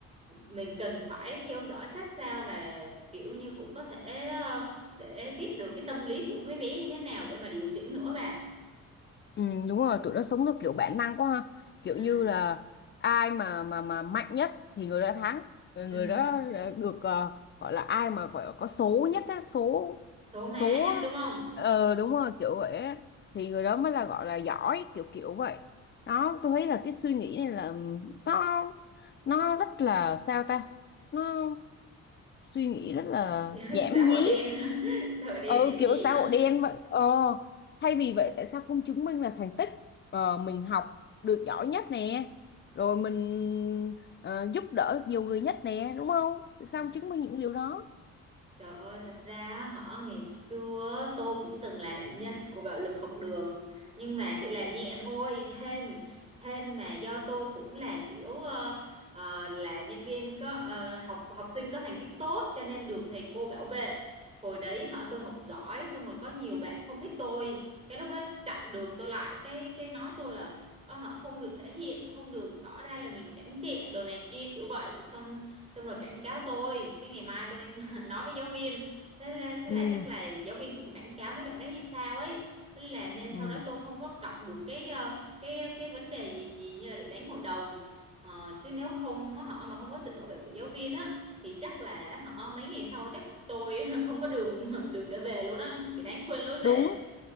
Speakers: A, on the right (about 20°); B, on the left (about 35°).
A: mình cần phải theo dõi sát sao và kiểu như cũng có thể ờ, để biết được cái tâm lý của mấy bé như thế nào để mà điều chỉnh nữa bà
B: Ừ, đúng rồi tụi nó sống theo kiểu bản năng quá ha kiểu
A: ừ.
B: như là ai mà mà mà mạnh nhất thì người đó thắng
A: <laughs>
B: Ờ, người đó được ờ, gọi là ai mà gọi là có số nhất á số
A: số má
B: số
A: nhất
B: á.
A: đúng không
B: ờ đúng rồi kiểu vậy á. thì người đó mới là gọi là giỏi kiểu kiểu vậy đó tôi thấy là cái suy nghĩ này là ừm, nó nó rất là sao ta nó suy nghĩ rất là
A: <laughs> kiểu
B: nhảm
A: xã hội
B: nhí
A: đen <laughs> xã hội đen
B: ừ
A: nhảm
B: kiểu
A: nhí
B: xã
A: hả
B: hội đen vậy ờ thay vì vậy tại sao không chứng minh là thành tích ờ, mình học được giỏi nhất nè rồi mình ờ, giúp đỡ nhiều người nhất nè đúng không Tại
A: Ừ.
B: sao không chứng minh những điều đó
A: Trời ơi, thật ra á, họ ngày xưa á, tôi cũng từng là nạn nhân của bạo lực học đường nhưng mà chỉ là nhẹ thôi hên hên mà do tôi cũng là kiểu ờ, ờ, là nhân viên có ờ, học học sinh có thành tích tốt cho nên được thầy cô bảo vệ hồi đấy họ tôi học giỏi xong rồi có nhiều bạn không thích tôi cái lúc đó chặn đường tôi lại cái cái nói tôi là ờ, họ không được thể hiện không được tỏ ra là mình chảnh chẹ đồ này kia kiểu vậy xong xong rồi cảnh cáo tôi cái ngày mai tôi nói với giáo viên thế là, thế
B: ừ
A: là chắc là giáo viên cũng cảnh cáo mấy bạn đấy hay sao ấy thế là nên
B: ừ
A: sau đó tôi không có cọc được cái ờ, cái cái vấn đề gì gì như là bị đánh hội đồng Ờ, chứ nếu không á, họ mà không có sự bảo vệ của giáo viên á thì chắc là họ mấy ngày sau chắc tôi <laughs> không có đường đường để về luôn á bị đánh quên lối về
B: đúng